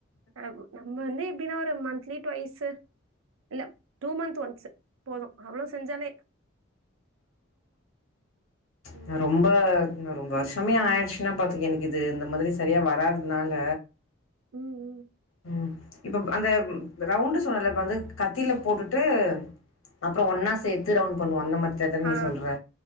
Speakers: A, on the right (about 85°); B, on the left (about 90°).
A: <unintelligible> நம் வந்து எப் எப்பின்னா ஒரு மந்த்லி ட்வைஸ்ஸு இல்ல டூ மந்த் ஒன்ஸ்ஸு போதும் அவ்ளோ செஞ்சாலே ம்,
B: நா ரொம்ப இன்னு ரொம்ப வர்ஷ்ஷமே ஆய்டுச்ன்னா பாத்துக்க எனக் இது இந்த மாதிரி சரியா வராததுனால
A: உம் உம்
B: உம் இப்ப அந்த ரவுண்டு சொன்னல்ல இப் வந்து கத்தில போட்டுட்டு அப்றோ ஒன்னா சேத்து ரவுண்ட் பண்ணுவோ அந்த மா நீ
A: ஆ
B: சொல்ற